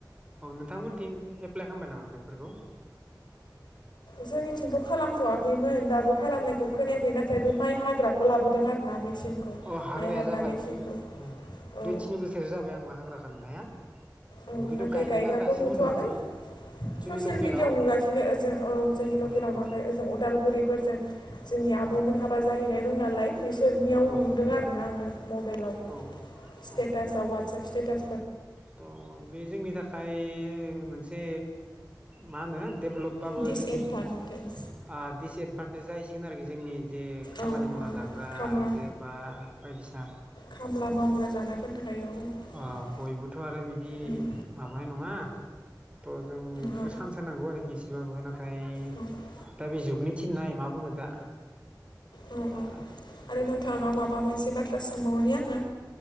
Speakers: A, on the right; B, on the left.
A: औ नोंथांमोनथिं एप्लाइ खालामबाय नामा बेफोरखौ?
B: जोंनिथिंथ' खालामथ'वाखैमोन दाबो खालामनायखौ खोनायाखै नाथाय बे माइ हाग्राखौ लाबोदों आरोना मेचिनखौ
A: अ हाग्राया
B: माइ हाग्रा
A: जाबायइ
B: मेचिनखौ
A: दुइ ओ
B: औ
A: दुइ थिनि बोसोरसो जाबाय आंबो हाग्राखौ नुनाया
B: औ
A: खिन्थु
B: नाथाय
A: गायनायखौ
B: गायग्राखौ
A: आं दासिमबो
B: नुथ'वाखै
A: नुवाखै जोंनि
B: ससियेल
A: लकेलाव
B: मिडिआव नुगासिनो ओजों औ जोंनि लकेलाव
A: औ औ
B: नुवाखै ओजों उदालगुरि फोरजों जोंनि आब'मोन
A: औ
B: हाबा जाहैनाय दं नालाय बिसोरनियाव
A: औ
B: नुदों आरे ना आङो मबाइलाव
A: औ
B: स्टेटासाव
A: औ
B: वाट्सएप स्टेटास
A: थ' बे जोंनि थाखाय मोनसे मा होनो डेभलपबाबो
B: दिसएदभान्टेज
A: जोंनि आ दिडिसएदभान्टेेज जाहैसिगोन आरोखि जोंनि जे खामानि
B: औ
A: मावना
B: औ
A: जाग्रा
B: खामला
A: आइजो बा बायदिसिना
B: खामला मावग्रा जानोफोरोननि थाखाय
A: ओ बयबोथ' आरो बिदि
B: उम
A: माबानाय नङा थ' जों बेफोरखौ
B: औ
A: सान्स होनांगौ आरोखि एसेबाबो नाथाय ओमफ्राय
B: औ
A: दा बे जुगनि थिननाय मा बुंनो दा
B: औ
A: दा
B: औ आरो नोंथांनाव माबा मोनसे बाथ्रा सोंबावनि आङो